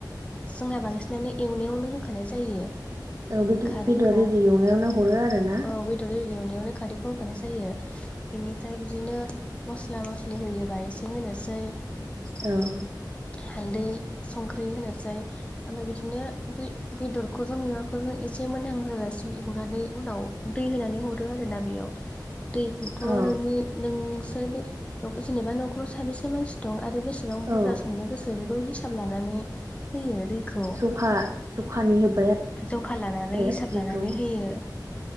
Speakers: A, on the left; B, on the right.
A: जोंहा बांसिनानो एवनायावनो होखानाय जायो
B: औ बिदि
A: खारैखौ
B: भिदअ रेडि एवनायावनो हरो आरो ना
A: औ बेदर ए एवनायावनो खारदैखौ होखानाय जायो बिनिफ्राय बिदिनो मस्ला मस्लि होयोबा एसे होनोसै
B: औ
A: हालदै संख्रि होनोसै ओमफ्राय बिदिनो बै बेदरखौ ज मैमाखौजों एसे मोजहां जाजासिम एवनानै उनाव दै होनानै हरो आरोना बेयाव दैखौथ'
B: औ
A: नोंनि नोंसोर बे जेनेबा न'खराव साबेसे मानसि दं आरो बेसेबां
B: औ
A: बुरजा संनो गोसो बेखौ हिसाब लानानै होयो दैखौ
B: जखा जखानि होबाय
A: जखा लानानै
B: आरो
A: हिसाब
B: दैखौ
A: लानानै होयो ।